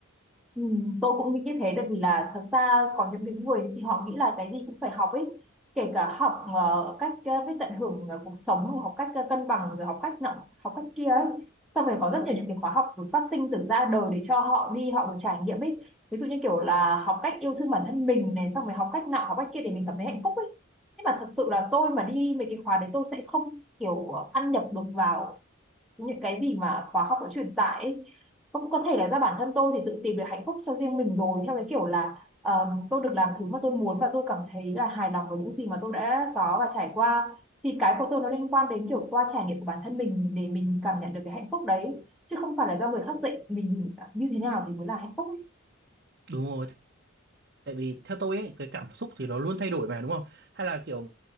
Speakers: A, in the centre; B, on the right.
A: Ừ, tôi cũng nghĩ như thế tại vì là thật ra có những cái người thì họ nghĩ là cái gì cũng phải học ấy kể cả học ờ, cách ờ, biết tận hưởng ờ, cuộc sống học cách ờ, cân bằng rồi học cách nọ học cách kia ấy xong rồi có rất nhiều những cái khóa học được phát sinh từ ra đời để cho họ đi họ được trải nghiệm ấy ví dụ như kiểu là học cách yêu thương bản thân mình này xong rồi học cách nọ học cách kia để mình cảm thấy hạnh phúc ấy nhưng mà thật sự là tôi mà đi mấy cái khóa đấy tôi sẽ không kiểu ờ, ăn nhập được vào những cái gì mà khóa học đã truyền tải ấy, cũng có thể là do bản thân tôi thì tự tìm được hạnh phúc cho riêng mình rồi theo cái kiểu là ờm, tôi được làm thứ mà tôi muốn và tôi cảm thấy là hài lòng với những gì mà tôi đã có và trải qua thì cái của tôi nó liên quan đến kiểu qua trải nghiệm của bản thân mình để mình cảm nhận được cái hạnh phúc đấy chứ không phải là do người khác dạy mình như thế nào thì mới là hạnh phúc ấy.
B: đúng rồi Tại vì theo tôi ấy, cái cảm xúc thì nó luôn thay đổi mà đúng không? Hay là kiểu